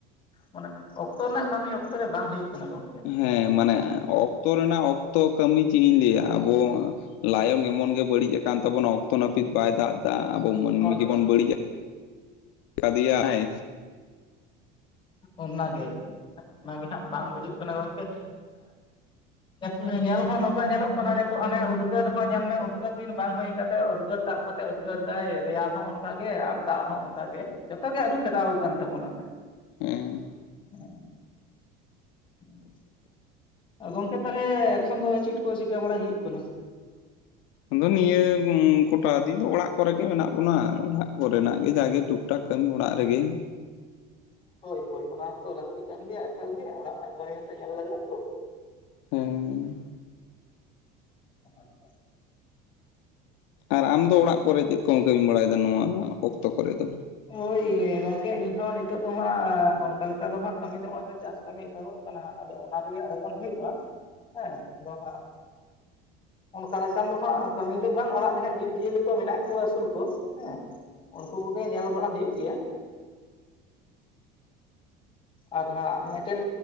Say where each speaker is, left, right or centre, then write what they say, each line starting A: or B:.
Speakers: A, on the left; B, on the left.
A: ᱢᱟᱱᱮ ᱚᱠᱛᱚ ᱨᱮᱱᱟᱜ ᱠᱟᱹᱢᱤ ᱚᱠᱛᱚ ᱨᱮ ᱵᱟᱝ ᱦᱩᱭᱩᱜ ᱠᱟᱱᱟ ᱜᱚᱝᱠᱮ
B: ᱦᱮᱸ ᱢᱟᱱᱮ ᱚᱠᱛᱚ ᱨᱮᱱᱟᱜ ᱚᱠᱛᱚ ᱠᱟᱹᱢᱤ ᱪᱮᱜ ᱤᱧ ᱞᱮᱭᱟ ᱟᱵᱚ ᱞᱟᱭᱚᱝ ᱮᱢᱚᱱ ᱜᱮ ᱵᱟᱹᱲᱤᱡ ᱟᱠᱟᱱ ᱛᱟᱵᱚᱱᱟ ᱚᱠᱛᱚ ᱱᱟᱹᱯᱤᱛ ᱵᱟᱭ ᱫᱟᱜ ᱫᱟ ᱟᱵᱚ ᱢᱟᱹᱱᱢᱤ
A: ᱦᱳᱭ
B: ᱜᱮᱵᱚᱱ
A: ᱦᱳᱭ
B: ᱵᱟᱹᱲᱤᱡᱼᱟ ᱠᱟᱫᱮᱭᱟᱭ
A: ᱚᱱᱟᱜᱮ ᱚᱱᱟᱜᱮ ᱦᱟᱸᱜ ᱵᱟᱝ ᱵᱩᱡᱩᱜ ᱠᱟᱱᱟ ᱜᱚᱝᱠᱮ <unintelligible> ᱧᱮᱞ ᱦᱚ ᱱᱚᱝᱠᱟᱭ ᱧᱮᱞᱚᱜ ᱠᱟᱱᱟ ᱱᱤᱛᱚᱜ ᱦᱟᱱᱮ ᱩᱫᱽᱜᱟᱹᱨ ᱦᱚᱸ ᱧᱮᱞ ᱢᱮ ᱩᱫᱽᱜᱟᱹᱨ ᱫᱤᱱ ᱵᱟᱝ ᱦᱳᱭ ᱠᱟᱛᱮᱜ ᱩᱫᱽᱜᱟᱹᱨ ᱛᱟᱵ ᱠᱟᱛᱮ ᱩᱫᱽᱜᱟᱹᱨ ᱫᱟᱭ ᱨᱮᱭᱟᱲ ᱦᱚᱸ ᱚᱱᱠᱟᱜ ᱜᱮ ᱟᱨ ᱫᱟᱜ ᱦᱚᱸ ᱚᱱᱠᱟᱜ ᱜᱮ ᱡᱚᱛᱚ ᱜᱮ ᱟᱹᱨᱩ ᱯᱷᱮᱨᱟᱣ ᱠᱟᱱ ᱛᱟᱵᱚᱱᱟ
B: ᱦᱮᱸ
A: ᱦᱮᱸ <inaudible> ᱟᱹ ᱜᱚᱝᱠᱮ ᱛᱟᱦᱚᱞᱮ ᱮᱠᱷᱚᱱ ᱫᱚ ᱪᱤᱫ‌ ᱠᱚ ᱪᱤᱠᱟᱹ ᱵᱟᱲᱟᱭ ᱦᱩᱭᱩᱜ ᱠᱟᱱᱟ
B: ᱟᱫᱚ ᱱᱤᱭᱟᱹ ᱠᱚᱴᱟ ᱫᱤᱱ ᱫᱚ ᱚᱲᱟᱜ ᱠᱚᱨᱮᱜ ᱜᱮ ᱢᱮᱱᱟᱜ ᱵᱚᱱᱟ ᱚᱲᱟᱜ ᱠᱚᱨᱮᱱᱟᱜ ᱜᱮ ᱡᱟᱜᱮ ᱴᱩᱠ ᱴᱟᱠ ᱠᱟᱹᱢᱤ ᱚᱲᱟᱜ ᱨᱮᱜᱮ
A: ᱦᱳᱭ ᱦᱳᱭ ᱚᱱᱟᱛᱚ ᱞᱟᱹᱠᱛᱤ ᱠᱟᱱ ᱜᱮᱭᱟ ᱮᱠᱟᱞ ᱜᱮ ᱚᱲᱟᱜ ᱨᱮᱱᱟᱜ ᱠᱟᱹᱢᱤ ᱦᱚᱸᱛᱚ ᱧᱮᱞ ᱞᱟᱜᱟᱜ-ᱟ ᱛᱚ
B: ᱦᱮᱸ
A: <unintelligible>
B: ᱟᱨ ᱟᱢ ᱫᱚ ᱚᱲᱟᱜ ᱠᱚᱨᱮᱪ ᱪᱮᱫ ᱠᱚᱢ ᱠᱟᱹᱢᱤ ᱵᱟᱲᱟᱭᱮᱫᱟ ᱱᱚᱣᱟ ᱚᱠᱛᱚ ᱠᱚᱨᱮ ᱫᱚ
A: ᱦᱳᱭ ᱜᱚᱝᱠᱮ ᱤᱧᱦᱚᱸ ᱱᱤᱛᱚᱜ ᱫᱚ ᱦᱟᱸᱜ ᱚᱱᱠᱟ ᱞᱮᱠᱟ ᱫᱚ ᱦᱟᱸᱜ ᱠᱟᱹᱢᱤ ᱫᱚ ᱱᱚᱜᱼᱚᱭ ᱛᱚ ᱪᱟᱥ ᱠᱟᱹᱢᱤ ᱮᱛᱚᱦᱚᱵ ᱠᱟᱱᱟ ᱦᱟᱸᱜ ᱟᱫᱚ ᱚᱱᱟ ᱛᱮᱜᱮ ᱟᱲᱜᱚᱱ ᱦᱩᱭᱩᱜᱼᱟ ᱦᱮᱸ ᱟᱫᱚ ᱦᱟᱸᱜ ᱚᱱᱠᱟ ᱞᱮᱠᱟᱱ ᱫᱚ ᱦᱟᱸᱜ ᱠᱟᱹᱢᱤ ᱫᱚ ᱵᱟᱝ ᱚᱲᱟᱜ ᱨᱮᱦᱟᱸᱜ ᱡᱤᱵᱽ ᱡᱤᱭᱟᱹᱞᱤ ᱠᱚ ᱢᱮᱱᱟᱜ ᱠᱚᱣᱟ ᱟᱹᱥᱩᱞ ᱠᱚ ᱦᱮᱸ ᱩᱱᱠᱩ ᱠᱚᱜᱮ ᱧᱮᱞ ᱵᱟᱲᱟ ᱦᱩᱭᱩᱜ ᱜᱮᱭᱟ <inaudible> ᱟᱨ ᱦᱟᱸᱜ ᱢᱮᱫᱴᱮᱱ